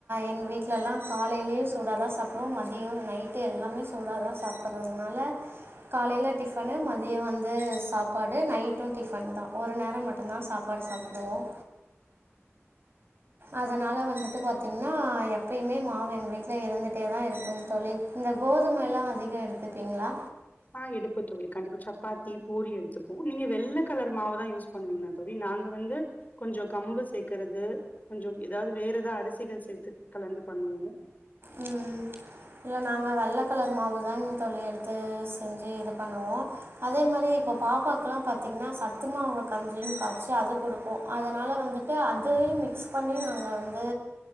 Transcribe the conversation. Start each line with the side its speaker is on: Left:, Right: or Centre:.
Right: எங்க வீட்ல எல்லாம் காலயிலே சூடாதான் சாப்பிடுவோம் மதியம் நைட்டு எல்லாமே சூடாதான் சாப்பிடறதுனால காலையில டிஃபன் மதியம் வந்து சாப்பாடு நைட்டும் டிஃபன் தான் ஒரு நேரம் மட்டும்தான் சாப்பாடு சாப்பிடுவோம் அதனால வந்துட்டு பாத்தீங்கன்னா எப்பயுமே மாவு எங்க வீட்ல இருந்துட்டே தான் இருக்கும் தோழி இந்த கோதுமை எல்லாம் அதிகம் எடுத்துப்பீங்களா
Left: ஆஹ் எடுப்பன் தோழி கண்டிப்பா சப்பாத்தி பூரி எடுத்துப்போம் நீங்க வெள்ளை கலர் மாவுதான் யூஸ் பண்ணுவீங்களா தோழி நாங்க வந்து கொஞ்சம் கம்பு சேர்க்கறது கொஞ்சம் ஏதாவது வேற ஏத அரிசிகள் சேர்த்து கலந்து பண்ணுவீங்கா
Right: ம் இல்ல நாங்க வெள்ளை கலர் மாவு தான்ங்கு தோழி எடுத்து செஞ்சு இது பண்ணுவோம் அதே மாதிரி இப்போ பாப்பாக்கலாம் பார்த்தீங்கன்னா சத்து மாவு கஞ்ஜினு காய்ச்சு அது கொடுப்போம் அதனால வந்துட்டு அதுவே மிக்ஸ் பண்ணி நாங்க வந்து